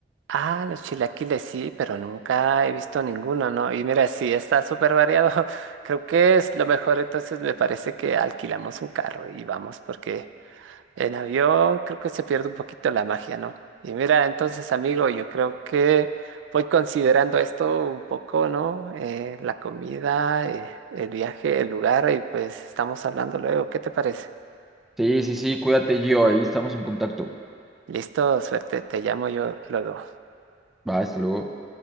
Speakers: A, on the right; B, in the centre.
A: Ah, los chilaquiles sí, pero nunca he visto ninguno, ¿no? Y mira, sí, está súper variado. <laughs> Creo que es lo mejor, entonces me parece que alquilamos un carro y vamos porque... En avión creo que se pierde un poquito la magia, ¿no? Y mira, entonces, amigo, yo creo que voy considerando esto un poco, ¿no? Eh, la comida, eh, el viaje, el lugar, y pues estamos hablando luego. ¿Qué te parece?
B: Sí, sí, sí, cuídate, Gio. Ahí estamos en contacto.
A: Listo, suerte, te llamo yo luego.
B: Va, hasta luego.